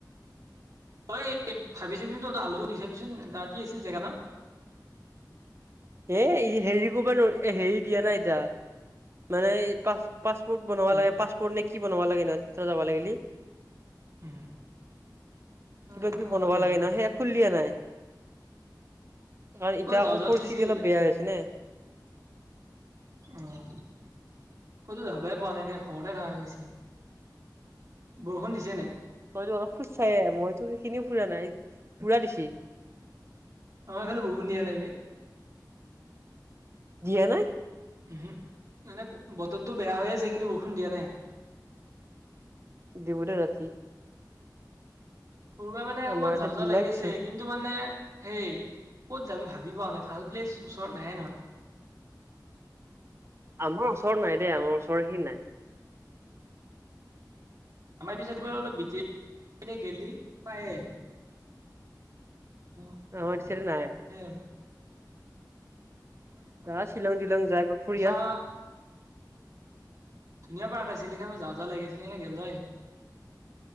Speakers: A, on the right; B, on the right.
A: তই ভাবি চাবিচোন তই ত আলহীক সুধি চাবিচোন তা কি আছিল জেগাৰ নাম?
B: এ হেৰি কৰিব নোৱাৰ হেৰি দিয়া নাই এতিয়া। মানে পা পাছপোৰ্ট বনাব
A: কি?
B: লাগে পাছপোৰ্ট নে কি বনাব লাগে <unintelligible> যাব লাগিলি।
A: উম, অ,
B: কিবা
A: সেইটো
B: কিবি বনাব
A: হয় বাৰু
B: লাগে
A: কিন্তু
B: ন সেয়া খুলি দিয়া নাই। কাৰণ এতিয়া
A: ক'ত যাওঁ
B: আকৌ
A: যাওঁ
B: পৰিস্থিতি
A: লাগি আছিল
B: অলপ বেয়া হৈছে নে।
A: অ', ক'তো যাবই পোৱা না নাই ঘৰতে থাকা গৈছি। বৰষুণ দিছে নাই?
B: তইতো অলপ ফুৰচায়ে মইতো সেইখিনিও ফুৰা নাই পুৰা দিচি।
A: আমাৰ ফালে বৰষুণ দিয় নাই বে।
B: দিয়া নাই।
A: ওহো, মানে বতৰটো বেয়া হৈ আছে কিন্তু বৰষুণ দিয়া নাই।
B: দিবদে ৰাতি।
A: কৰবা মানে
B: আমাৰ
A: ক'ৰবাত
B: ইয়াতে
A: যাওঁ যাও
B: দিলা
A: লাগি
B: কিছু
A: আছে কি টো মানে হেই ক'ত যাবি ভাবি পা নাই ভাল প্লেচ ওচৰত নায়ে নহয়।
B: আমাৰ ওচৰত নাই দেই আমাৰ ওচৰ সি নাই।
A: আমাৰ এই <unintelligible> গেলি পায়ে।
B: <unintelligible>
A: সেইয়ে
B: দিছে নাই
A: আৰু।
B: যা শ্বিলং তিলং যাই ফুৰি আহ
A: <unintelligible> ধুনীয়া পাৰ্ক আছিল সেইখন যাও যাও লাগিছিল <unintelligible>